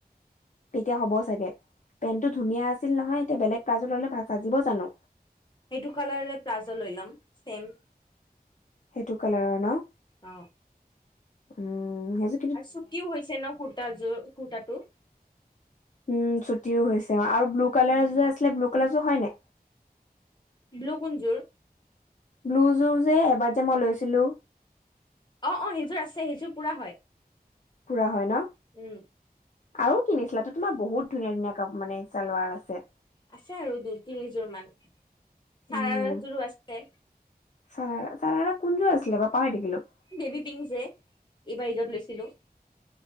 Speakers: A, on the left (about 50°); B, on the left (about 30°).
A: তেতিয়া হ'ব চাগে। পেন্টটো ধুনীয়া আছিল নহয় এতিয়া বেলেগ প্লাজো ল'লে সাজিব জানো?
B: সেইটো কালাৰৰে প্লাজো লৈ ল'ম, ছেম।
A: সেইটো কালাৰৰ ন?
B: অ,
A: উম, সেইযো
B: আৰু চুটিও হৈছে ন, কুৰ্তাযোৰ, কুৰ্তাটো।
A: উম, ছুটিও হৈছে আৰু ব্লু কালাৰযোৰ আছিলে, ব্লু কালাৰ যোৰ হয় নে?
B: ব্লু, কোনযোৰ?
A: ব্লু যোৰ যে, এবাৰ যে মই লৈছিলো।
B: অ, অ, সেইযোৰ আছে, সেইযোৰ পুৰা হয়।
A: পুৰা হয় ন?
B: উম
A: আৰু কিনিছিলা টো, তোমাৰ বহুত ধুনীয়া, ধুনীয়া কা, মানে চালৱাৰ আছে।
B: আছে আৰু দুই তিনিযোৰ মান, চাৰাযোৰো
A: উম
B: আছে।
A: চাৰ, চাৰাৰা কোনযোৰ আছিলে বাও, পাহৰি থাকিলো।
B: বেবি পিংক যে, এইবাৰ ঈদত লৈছিলো।